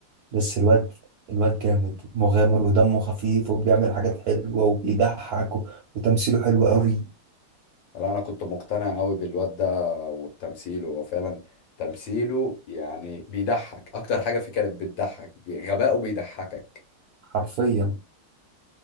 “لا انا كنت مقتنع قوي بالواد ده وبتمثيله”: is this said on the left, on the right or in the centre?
Left